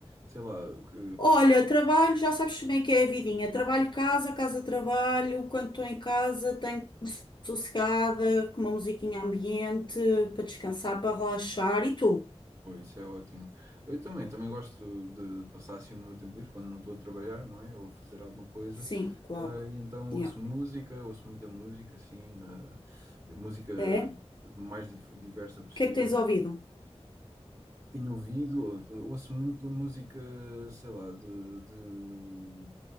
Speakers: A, on the right; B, on the left.
A: sei lá, o que...
B: Olha, trabalho, já sabes como é que é a vidinha. Trabalho, casa, casa, trabalho. Quando estou em casa, tenho sossegada, com uma musiquinha ambiente, para descansar, para relaxar. E tu?
A: Pô, isso é ótimo. Eu também, também gosto de passar assim o meu tempo livre quando não estou a trabalhar, não é? Ou a fazer alguma coisa.
B: Sim, claro.
A: Ah, e então
B: Yeah.
A: ouço música, ouço muita música, assim, ah, de música
B: É?
A: mais div- diversa possível.
B: O que é que tens ouvido?
A: Tenho ouvido, ou- ouço muito música, sei lá, de, de